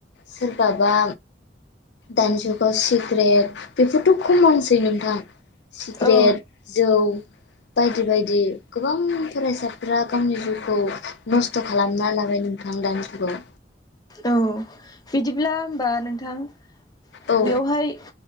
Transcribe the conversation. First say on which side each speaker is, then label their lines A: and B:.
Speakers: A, on the left; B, on the left.
A: सोरबाबा दानि जुगाव सिग्रेट बेफोरथ' खमनसै नोंथां। सिग्रेट
B: औ
A: जौ बायदि बायदि गोबां फरायसाफोरा गावनि जिउखौ नस्थ' खालामना लाबाय नोंथां दानि जुगाव।
B: औ बिदिब्ला होमबा नोंथां
A: औ
B: बेवहाय